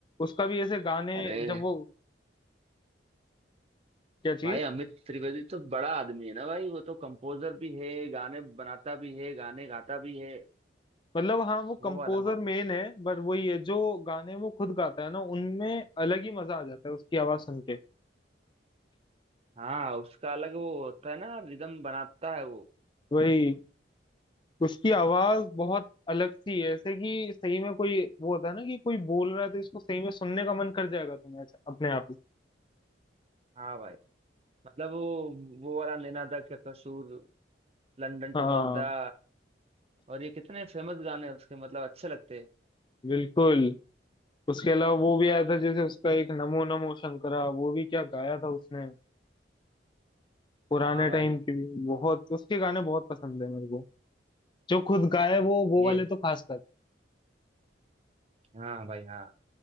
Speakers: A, on the left; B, on the right.
A: उसका भी ऐसे गाने
B: अरे
A: जब वो क्या चीज
B: भाई अमित त्रिवेदी तो बड़ा आदमी है ना भाई वो तो कंपोजर भी है गाने बनाता भी है गाने गाता भी है
A: मतलब हाँ वो
B: वो
A: कंपोजर
B: वाला मामला
A: मेन है बट वो ये जो गाने वो खुद गाता है ना उनमें अलग ही मजा आ जाता है उसकी आवाज सुन के
B: हाँ उसका अलग वो होता है ना रिदम बनाता है वो
A: वही उसकी आवाज बहुत अलग सी है ऐसे कि सही में कोई वो होता है ना कि कोई बोल रहा है तो इसको सही में सुनने का मन कर जाएगा तुम्हें ऐसा- अपने आप ही
B: हाँ भाई मतलब वो वो वाला नैना दा क्या कसूर लंदन
A: हाँ
B: ठुमकदा और ये कितने फेमस गाने हैं उसके मतलब अच्छे लगते हैं
A: बिल्कुल उसके अलावा वो भी आया था जैसे उसका एक नमो नमो शंकरा वो भी क्या गाया था उसने पुराने
B: हाँ भाई
A: टाइम की भी बहुत उसके गाने बहुत पसंद है मेरे को जो खुद गाए वो वो
B: ये
A: वाले तो खासकर
B: हाँ भाई हाँ